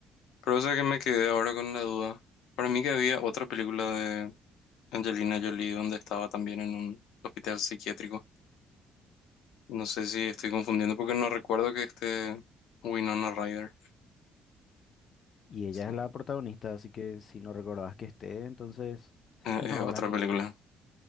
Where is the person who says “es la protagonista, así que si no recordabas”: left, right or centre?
Left